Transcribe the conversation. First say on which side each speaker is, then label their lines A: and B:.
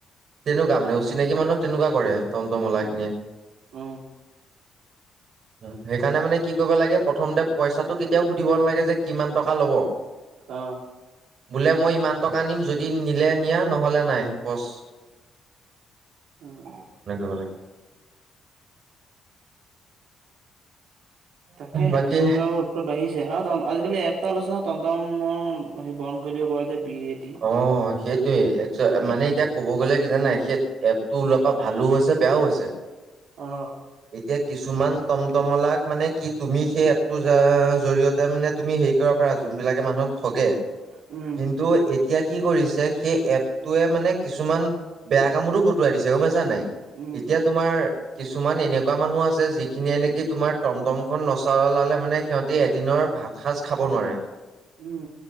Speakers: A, on the right; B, on the right.
A: তেনেকুৱা মানে অচিনাকি মানুহক তেনেকুৱা কৰে টম, টম আলা
B: উম,
A: খি। সেইকাৰণে
B: উম,
A: মানে কি কৰিব লাগে, প্ৰথমতে পইচাটো কেতিয়াও সুধিব নালাগে যে কিমান টকা ল'ব।
B: অ'।
A: বোলে মই ইমান টকা নিম, যদি নিলে নিয়া নহ'লে নাই বছ।
B: উম।
A: <unintelligible>
B: তাকে
A: বাকী
B: তমটম আলা বিলাকৰ উতপাত বাঢ়িছে। আজিকালি এপটা ওলাইছে নহয় টনটম হে বন্ধ কৰি দিব পৰা যে বি এ টি।
A: অ' সেইটোৱে মানে এতিয়া ক'ব গ'লে কি জানা সেই এপ টো ওলোৱাপা ভালোঁ হৈছে বেয়াও হৈছে।
B: অ',
A: এতিয়া কিছুমান টমটমলাক মানে কি তুমি সেই এপটো জা-জৰিয়তে মানে তুমি হেৰি কৰিব পাৰা যোনবিলাকে মানুহক ঠগে
B: উম,
A: কিন্তু এতিয়া কি কৰিছে, সেই এপটোৱে মানে কিছুমান বেয়া কামতো খটুৱাই দিছে গমপাইছা নাই
B: উম,
A: এতিয়া তোমাৰ কিছুমান এনেকুৱা মানুহ আছে যিখিনিয়েনেকি তোমাৰ টমটমখন নচলালে মানে সিহঁতি এদিনৰ ভাত সাজ খাব নোৱাৰে
B: উম,